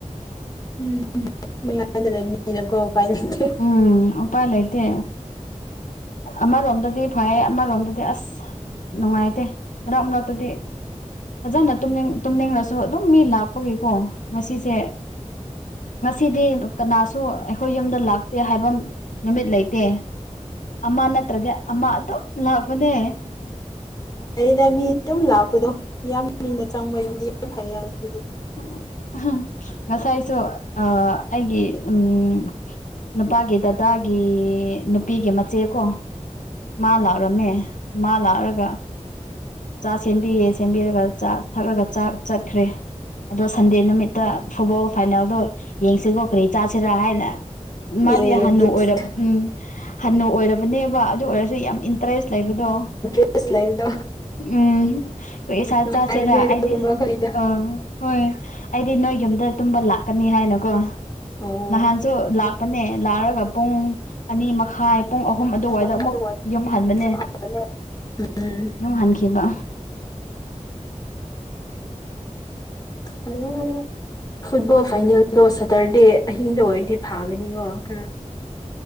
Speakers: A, on the left (about 30°); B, on the left (about 80°).
A: ꯎꯝ ꯃꯌꯥꯥꯏꯗ ꯂꯩꯅꯤꯅꯀꯣ ꯎꯄꯥꯏ ꯂꯩꯇꯦ
B: ꯎꯝ ꯎꯄꯥꯏ ꯂꯩꯥꯏꯇꯦ ꯑꯃꯔꯣꯝꯗꯗꯤ ꯐꯩ ꯑꯃꯔꯣꯝꯗꯗꯤ ꯑꯁ ꯅꯨꯡꯉꯥꯏꯇꯦ ꯃꯅꯥꯛꯅꯥ ꯗꯤ ꯐꯖꯅꯅꯤꯡ ꯇꯨꯝꯅꯤꯡꯔꯁꯨ ꯑꯗꯨꯝ ꯃꯤ ꯂꯥꯛꯄꯒꯤꯀꯣ ꯉꯁꯤꯁꯦ ꯉꯁꯤꯗꯤ ꯀꯅꯥꯁꯨ ꯑꯩꯈꯣꯏ ꯌꯨꯝꯗ ꯂꯥꯛ ꯇꯦ ꯍꯥꯏꯕꯝ ꯅꯨꯃꯤꯠ ꯂꯩꯇꯦ ꯑꯃ ꯅꯠꯇ꯭ꯔꯗꯤ ꯑꯃ ꯑꯗꯨꯝ ꯂꯥꯛꯕꯅꯦ
A: ꯑꯩꯅ ꯃꯤ ꯑꯗꯨꯝ ꯂꯥꯛꯄꯗꯣ ꯌꯥꯝ ꯃꯤꯅ ꯆꯪꯕꯗꯤ ꯌꯥꯝ ꯐꯩ ꯍꯥꯏꯕꯗꯤ
B: ꯎ ꯎ ꯉꯁꯥꯏꯁꯨ ꯑ ꯑꯩꯒꯤ ꯎꯝ ꯅꯨꯄꯥꯒꯤ ꯗꯗꯥꯒꯤ ꯅꯨꯄꯤꯒꯤ ꯃꯆꯦꯈꯣ ꯃꯥ ꯂꯥꯛꯔꯝꯃꯦ ꯃꯥ ꯂꯥꯛꯔꯒ ꯆꯥ ꯁꯦꯝꯕꯤꯌꯦ ꯁꯦꯝꯕꯤꯔꯒ ꯆꯥ ꯊꯛꯂꯒ ꯆꯥꯛ ꯆꯠꯈ꯭ꯔꯦ ꯑꯗꯣ ꯁꯟꯗꯦ ꯅꯨꯃꯤꯠꯇ ꯐꯨꯠꯕꯣꯜ ꯐꯥꯏꯅꯦꯜꯗꯣ ꯌꯦꯡꯁꯤꯀꯣ ꯀꯔꯤ ꯆꯥꯁꯤꯔꯥ ꯍꯥꯏꯅ ꯃꯥꯗꯤ
A: ꯑꯦ
B: ꯍꯟꯅꯨ
A: ꯗꯤꯁ
B: ꯑꯣꯏꯔꯕ ꯎꯝ ꯍꯟꯅꯨ ꯑꯣꯏꯔꯕꯅꯦꯕ ꯑꯗꯨ ꯑꯣꯏꯔ ꯁ ꯌꯥꯝ ꯏꯟꯇꯔꯦꯁ ꯂꯩꯕꯗꯣ
A: ꯐꯁꯂꯗ
B: ꯎꯝ ꯏꯁꯥ
A: ꯅꯨꯡꯉꯥꯏꯕꯅꯦ
B: ꯆꯥꯁꯦꯔꯥ
A: ꯑꯗꯨꯒꯨꯝꯕ
B: ꯑꯩꯗꯤ
A: ꯑꯩꯈꯣꯏꯗꯣ
B: ꯑꯥ ꯍꯣꯏ ꯑꯩꯗꯤ ꯅꯣꯏ ꯌꯨꯝꯗ ꯇꯨꯝꯕ ꯂꯥꯛꯀꯅꯤ ꯍꯥꯏꯅꯀꯣ
A: ꯑꯣ
B: ꯅꯍꯥꯟꯁꯨ ꯂꯥꯛꯄꯅꯦ ꯂꯥꯛꯑꯒ ꯄꯨꯡ ꯑꯅꯤ ꯃꯈꯥꯏ ꯄꯨꯡ ꯑꯍꯨꯝ ꯑꯗꯨꯋꯥꯏꯗ
A: ꯄꯨꯡ ꯑꯍꯨꯝ
B: ꯑꯃꯨꯛ
A: ꯑꯗꯨꯋꯥꯏ
B: ꯌꯨꯝꯍꯟꯕꯅꯦ
A: <unintelligible> ꯎꯝ
B: ꯌꯨꯝ ꯍꯟꯈꯤꯕ <inaudible>
A: ꯑꯣ ꯐꯨꯠꯕꯣꯜ ꯐꯥꯏꯅꯦꯜꯗꯣ ꯁꯇꯔꯗꯦ ꯑꯍꯤꯡꯗ ꯑꯣꯏꯔꯗꯤ ꯐꯥꯒꯅꯤꯀꯣ ꯈꯔ